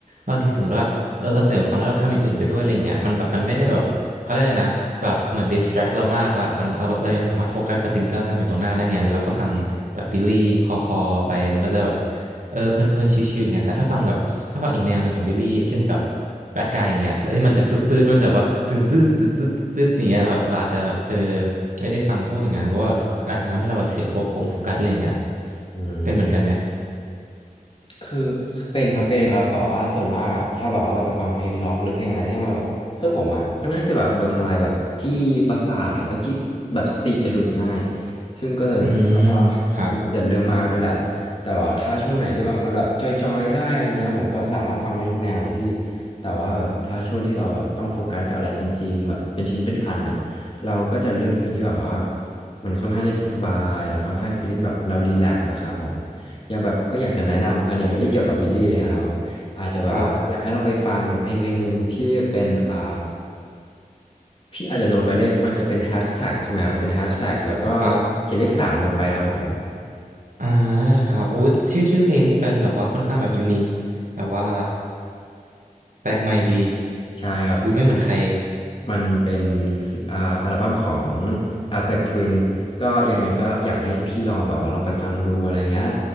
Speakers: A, on the right; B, on the left.
A: บางทีสมมติว่าเออเราใส่หูฟังแล้วเราทำอย่างอื่นไปด้วยอะไรเงี้ยมันแบบมันไม่ได้แบบเขาเรียกอะไรนะแบบเหมือนดิสแทรกเรามากอะมันเราเรายังสามารถโฟกัสกับสิ่งที่เราทำอยู่ตรงหน้าได้ไงแล้วเราก็ฟังแบบบิลลี่คอคอไปมันก็จะแบบเออเพลินเพลินชิวๆเงี้ยแต่ถ้าฟังแบบถ้าฟังอีกแนวหนึ่งของบิลลี่เช่นแบบแบดกายอย่างเงี้ยแล้วที่มันจะตืดตืดมันจะแบบว่าตื่นตืดตืดตืดตืดอย่างเงี้ยแบบเราอาจจะแบบเออไม่ได้ฟังพวกอย่างนั้นเพราะว่าอาจจะทำให้เราแบบเสียโฟกัสโฟกัสอะไรเงี้ย
B: อืม
A: เป็นเหมือนกันไหม
B: คือเป็นครับเป็นครับแบบว่าส่วนมากอะถ้าแบบว่าเราไปฟังเพลงร็อกหรือเพลงอะไรที่มันแบบคือผมอะค่อนข้างจะแบบโดนอะไรแบบจี้ประสาทแล้วก็จี้แบบสติจะหลุดง่ายซึ่งก็จะเป็นคนแบบว่าคนที่จะเรื่องมากด้วยแหละ
A: อืมครับ
B: แต่ว่าถ้าช่วงไหนที่แบบมันแบบจอยๆได้อะไรเงี้ยผมก็สามารถฟังได้ทุกแนวเลยพี่แต่ว่าแบบถ้าช่วงที่เราแบบต้องโฟกัสกับอะไรจริงๆแบบเป็นชิ้นเป็นอันอะเราก็จะเลือกเพลงที่แบบว่ามันค่อนข้างที่จะสบายแล้วก็ให้ฟีลลิ่งแบบเรารีแลกซ์นะครับผม อย่างแบบก็อยากจะแนะนำ อันเนี้ยไม่ได้เกี่ยวกับบิลลี่เลยนะครับผมอาจจะแบบว่าอยากให้ลองไปฟังเพลงเพลงหนึ่งที่เป็นอ่า
A: ครับ
B: พี่อาจจะโน้ตไว้เลย มันจะเป็นแฮชแท็กใช่ไหมครับ เป็นแฮชแท็กแล้วก็
A: ครับ
B: เขียนเลขสามลงไปครับผม
A: อ่าครับโอ้ยชื่อชื่อเพลงนี่เป็นแบบว่าค่อนข้างแบบยูนิคแบบว่าแปลกใหม่ดี
B: ใช่ครับ
A: ดูไม่เหมือนใคร
B: มันเป็นซิอ่าอัลบั้มของ Aphex Twins ก็ยังไงก็อยากให้พี่ลองแบบว่าลองไปฟังดูอะไรเงี้ย